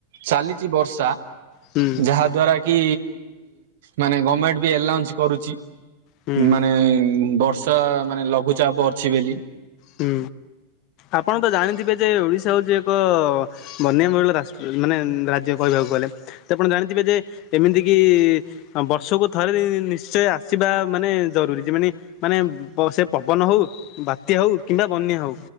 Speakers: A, on the right; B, on the left.
A: ଚାଲିଛି ବର୍ଷା
B: ହୁଁ
A: ଯାହା ଦ୍ଵାରା କି ମାନେ ଗମେଣ୍ଟ ବି ଆଉସ କରୁଛି
B: ହୁଁ
A: ମାନେ ବଷ ବର୍ଷା ମାନେ ଲଘୁଚାପ ଅଛି ବୋଲି।
B: ହୁଁ। ଆପଣ ତ ଜାଣିଥିବେ ଯେ ଓଡିଶା ହଉଛି ଏକ ବନ୍ୟାମହିଳ ରା ମାନେ ରାଜ୍ୟ କହିବା। ଆପଣ ଜାଣିଥିବେ ଯେ ଏମିତି କି ବର୍ଷକୁ ଥରେ ନି୍ଚୟ ଆସିବା। ମାନେ ଜରୁରୀ ଯେ ମାନ ମାନେ ସେ ପବନ ହଉ ବାତ୍ୟା ହଉ କିମ୍ବା ବନ୍ୟା ହଉ